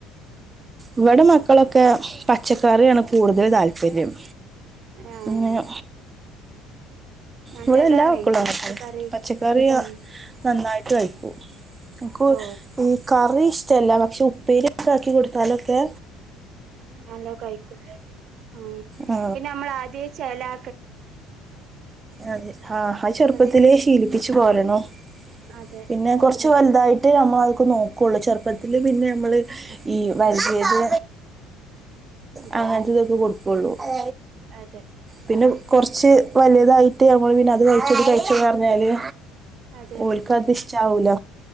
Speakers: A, on the right; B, on the right.
A: ഇവിടെ മക്കളൊക്കെ പച്ചക്കറിയാണ് കൂടുതൽ താല്പര്യം
B: ആഹ്
A: ഇങ്ങനെ
B: നല്ലതാണേ
A: ഇവിടെ എല്ലാ മക്കള
B: പച്ചക്കറി
A: പച്ചക്കറിയ
B: ഉം
A: നന്നായി ത്ളായിപൂ കൊ കോഴി
B: ഓ
A: ഈ കറി ഇഷ്ടല്ല പക്ഷേ ഉപ്പേരി ഒക്കെ ആക്കി കൊട്ത്താലൊക്കെ
B: നല്ലോം കഴിക്കുലേ മൂ
A: ആ
B: പിന്നെ നമ്മൾ ആദ്യേ ചേലാ
A: അതെ ആ
B: നമ്മൾ
A: അത് ചെറുപ്പത്തിലേ
B: ചെറിയ
A: ശീലിപ്പിച്ച് പോരണം
B: അതെ
A: പിന്നെ കൊർ കൊർച്ച് വൽതായിട്ടേ നമ്മൾ നോക്കൊള്ളൂ ചെർപ്പത്തിൽ പിന്നെ നമ്മള് ഈ വര്കിയത്
B: ഉം അതെ
A: ആ അതുവരെ കൊടു കോളു അ
B: അതെ
A: പിന്നെ കൊർച്ച് വൽതായിട്ട് നമ്മൾ പിന്നെ അത് കഴിച്ചിത് കഴിച്ച്ന്ന് പറഞ്ഞാല്
B: അതെ
A: ഓൽക്കതിഷ്ടാവൂല